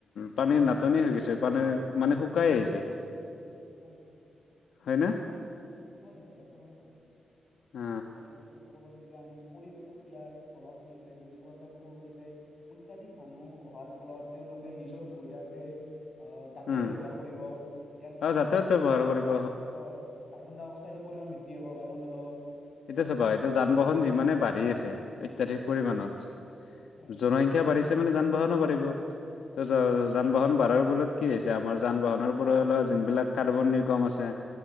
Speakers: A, on the left (about 85°); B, on the left (about 40°).
A: পানীৰ নাটনি হৈ
B: উত্তাপন
A: গৈছে পানীৰ
B: হৈছে
A: মানে কাই আহছে
B: হয়
A: হয়নে
B: হয় হয় একেবাৰে হয়
A: অ
B: আৰু লগতে ক'ব পাৰো যে আমি পৰিৱেশত ইয়াৰ প্ৰভাৱ পৰিছে যেনেকুৱাকে ক'ব পাৰো যে অত্যাধিক মানুহ অহাৰ ফলত তেওঁলোকে নিজৰ সুবিধাৰ্থে অহ যাতায়ত
A: উম
B: ব্যৱহাৰ কৰিব ইয়াৰ ফলত
A: আৰু যাতায়াত ব্যৱহাৰ
B: বা
A: কৰিব
B: হয় কাৰ্বনডাই অক্সাইডৰ পৰিমান বৃদ্ধি হব বায়ুমণ্ডলত
A: এতিয়া চাবা এতিয়া যান বাহন যিমানেই বাঢ়ি আছে অত্যাধিক পৰিমাণত
B: হয়
A: জনসংখ্যা বাঢ়িছে পিছত মানে যান বাহও পাৰিব ত
B: হয়
A: যান বাহন বাঢ়াৰ বোলে কি হৈছে আমাৰ যান বাহনৰ পৰা ওলোৱা যোনবিলাক কাৰ্বন নিৰ্গম আছে